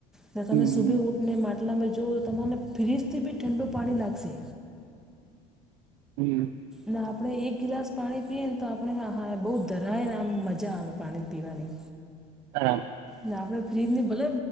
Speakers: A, in the centre; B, on the right.
A: ને
B: હમ
A: તમે સુભે ઊઠને માટલામે જોવો તો તમને ફ્રીજથી બી ઠંડુ પાણી લાગશે.
B: હમ્મ.
A: ના આપણે એક ગિલાસ પાણી પીએ ને તો આપણે હા હા બઉ ધરાયને આમ મજા આવે પાણી પીવાની.
B: હા.
A: ને આપડે ફ્રીજની ભલે